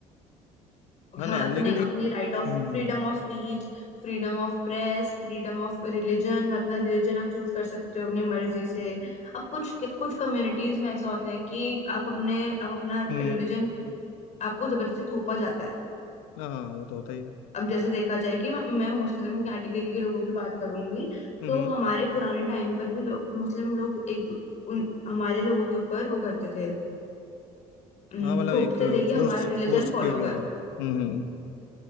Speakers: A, on the left; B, on the left.
A: है
B: हर
A: ना
B: अपने
A: लेकिन ये-
B: अपने right of
A: हम्म
B: freedom of speech freedom of press freedom of religion अपना रिलीजन आप चूज कर सकते हो अपनी मर्जी से अब कुछ कुछ कम्युनिटीज में ऐसा होता है कि आप अपने आप अपना
A: हम्म
B: रिलीजन आपको जबरदस्ती थोपा जाता है
A: हाँ वो तो होता ही है
B: अब जैसे देखा जाए कि मैं मुस्लिम कैटेगरी के लोगों की बात करूंगी
A: हम्म
B: तो हमारे पुराने टाइम पर भी लो, मुस्लिम लोग एक दू- उन हमारे लोगों के ऊपर वो करते थे उम,
A: हाँ मतलब
B: थोपते
A: एक
B: थे कि
A: फोर्स
B: हमारा रिलीजन
A: फोर्स
B: फॉलो
A: किया गया
B: करो
A: है हम्म